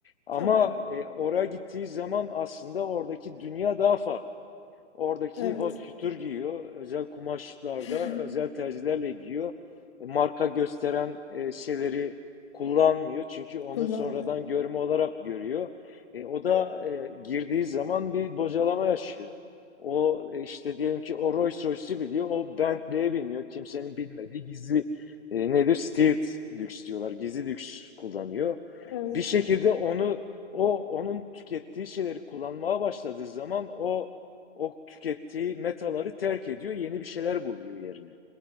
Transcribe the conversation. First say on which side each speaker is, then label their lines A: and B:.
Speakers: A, on the left; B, on the left.
A: Ama
B: Tamam.
A: e, oraya gittiği zaman aslında oradaki dünya daha farklı. Oradaki
B: Evet.
A: haute couture giyiyor. Özel kumaşlarda,
B: <laughs>
A: özel terzilerle giyiyor. E, Marka gösteren e, şeyleri kullanmıyor. Çünkü onu
B: Kullanmıyor.
A: sonradan görme olarak görüyor. E, o da e, girdiği zaman bir bocalama yaşıyor. O e, işte diyelim ki o Rolls Royce'u biliyor. O Bentley'e biniyor. Kimsenin bilmediği gizli e, nedir? Stealth lüks diyorlar. Gizli lüks kullanıyor.
B: Evet.
A: Bir şekilde onu o onun tükettiği şeyleri kullanmaya başladığı zaman o o tükettiği metaları terk ediyor, yeni bir şeyler buluyor yerine.